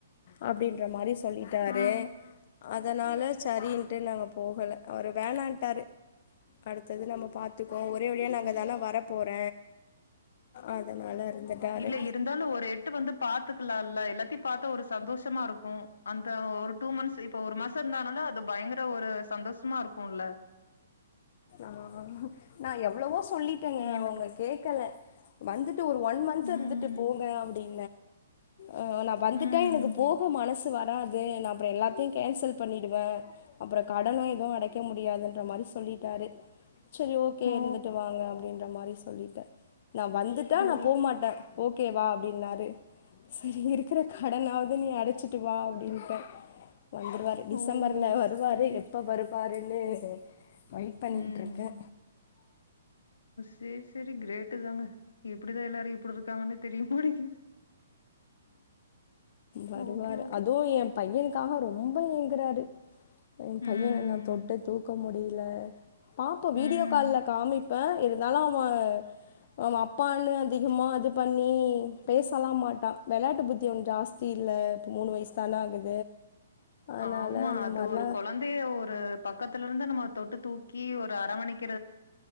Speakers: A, on the left (about 45°); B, on the left (about 65°).
A: அப்படீங்கற மாறி சொல்லிட்டாரு
B: ம்
A: அதனால சரின்ட்டு நாங்க போகல அவரு வேணான்ட்டாரு அடுத்தது நம்ம பாத் துக்குவோ ஒரே வழியா
B: ம்
A: நா அங்கதான வர போற அதனால இருந்துட்டாரு
B: இல்ல இருந்தாலு ஒரு எட்டு வந்து பாத்துக்கலா இல்ல எல்லாத்தையு பாத்தா ஒரு சந்தோஷமா இருக்கு அந்த ஒரு டூ மந்த்ஸ் இப்ப ஒரு மாச இருந்தனால அது பயங்கர ஒரு சந்தோஷமா இருக்குல
A: ஆஹ நான் எவ்வளவோ சொல்லிட்டேங்க
B: எனக்கு
A: அவங்க கேக்கல வந்து ஒரு ஒன் மந்த்
B: ம்
A: இருந்துட்டு போங்க அப்டின்னு ஆ நா வந்துட்டா
B: ம்
A: எனக்கு போக மனசு அது நா அப்ற எல்லாத்தையு கேன்சல் பண்ணிடுவ அப்ற கடனு எதுவு அடைக்க முடியாதுன்ற மாரி சொல்லி டாரு சரி ஓகே
B: ஓ
A: இருந்துட்டு வாங்க அப்டின்ற மாரி சொல்லிட நா வந்துட்டா
B: ஓ
A: நா போமாட்ட ஓகே வா அப்டின்னாரு செரி இருக்கிற கடனாவது நீ அடச்சிட்டு வா அப்டின்ட வந்துருவாரு டிசம்பர்ல
B: ஓ
A: வருவாரு
B: சேரி
A: எப்ப வருவாரு <inaudible> வெயிட் பண்ணிக்கிட்டுருக்க
B: ம் செரி செரி கிரேட்டு தாங்க எப்டிதா எல்லாரு இப்டி இருக்காங்கன்னு தெரிய மாட்டேங்குது
A: வருவாரு
B: ஓகே ஓகே
A: அதுவு ய பையனுக்காக ரொம்ப க்குறாறு என் பையனை
B: ம்
A: நா தொட்டு தூக்க முடியு இல்ல பாப்போ வீடியோ
B: ம்
A: கால்ல காமிப் ப்பா இருந்தாலு அவ அவ அப் அப்பான்னு அதிகமாக அது பண்ணி பேசலா மாட்டா வேளாட்டு புத்தி ஒன்னு ஜாஸ்தி இல்ல இப்ப மூணு வயசு தான ஆகுது அதனால
B: ஆமா
A: அந்த
B: அது
A: மாரிலா
B: ஒரு கொந்தைய ஒரு பக்கத்து இருந்து நம்ம தொட்டு தூக்கி ஒரு அரவணைப்பு